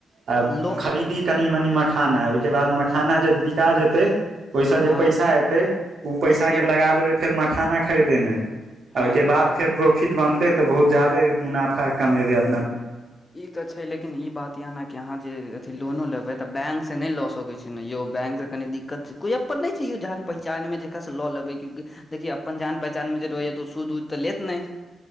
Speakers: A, on the right; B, on the left.
A: आ
B: लो
A: कनि-मनि मखाना खरीदी। तकर बाद मखाना जे बिकत, ओहिसँ
B: हँ
A: जे पैसा एतै, ओहि पैसाके
B: से
A: फेर लगा देब। फेर मखाना खरीदेब, में
B: हँ
A: ओहिके बाद फेर प्रो फिट बनतै तऽ अपना दुनू गोटे बहुत जादे मुनाफा कमेबै।
B: ई तऽ छै, लेकिन बात ई अछि जे अहाँ जे एतय लोन लेबै, तऽ बैंकसँ नहि लऽ सकैत छी। यौ, बैंकसँ कनि दिक्कत अछि। कोनो अपन नहि अछि यौ, जान-पहिचानमे जेकरासँ लऽ लेब। देखि, अपन जान-पहिचानमे जे रहत यऽ, तऽ ओ सूद-वूद तऽ लेत नहि?